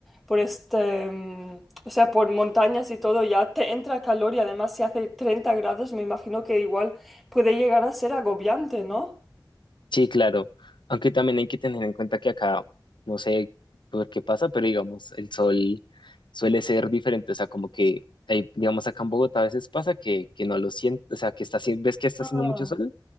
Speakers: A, in the centre; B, on the left.
A: por este, mm, o sea, por montañas y todo, ya te entra calor y además si hace 30 grados, me imagino que igual puede llegar a ser agobiante, ¿no?
B: Sí, claro. Aunque también hay que tener en cuenta que acá, no sé por qué pasa, pero digamos, el sol suele ser diferente. O sea, como que, hay- digamos, acá en Bogotá a veces pasa que, que no lo sientes, o sea, que está, haci- ves que está
A: Ah,
B: haciendo mucho sol